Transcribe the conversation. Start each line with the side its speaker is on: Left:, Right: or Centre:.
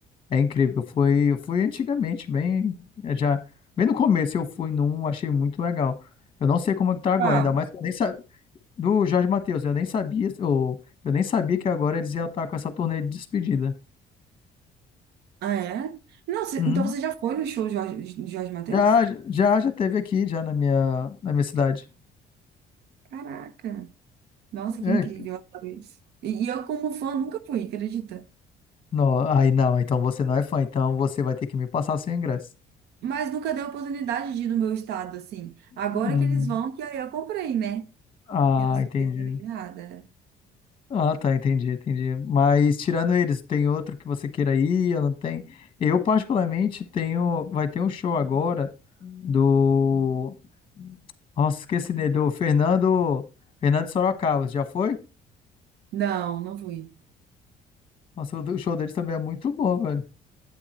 Left: É incrível. Foi, eu fui antigamente, bem, é já, bem no começo eu fui num, achei muito legal. Eu não sei como é que tá agora,
Right: Qual?
Left: ainda mais que eu nem sabia do Jorge Mateus, eu nem sabia, ou eu nem sabia que agora eles iam estar com essa turnê de despedida.
Right: Ah, é? Não, cê-
Left: Uhum.
Right: então você já foi no show de Jorge, de Jorge Mateus?
Left: Já, já, já teve aqui, já na minha, na minha cidade.
Right: Caraca. Nossa,
Left: É,
Right: que incrível, eu adoro isso. E, e eu, como fã, nunca fui, acredita?
Left: não, aí não, então você não é fã, então você vai ter que me passar seu ingresso.
Right: Mas nunca dei a oportunidade de ir no meu estado, assim. Agora
Left: Hum,
Right: que eles vão, que aí eu comprei, né?
Left: ah,
Right: Eu não sou
Left: entendi.
Right: besta nem nada.
Left: Ah, tá, entendi, entendi. Mas tirando eles, tem outro que você queira ir Eu não tenho. Eu particularmente tenho, vai ter um show agora do, nossa, esqueci dele, do Fernando, Fernando Sorocaba, já foi?
Right: Não, não fui.
Left: Nossa, o show deles também é muito bom, velho.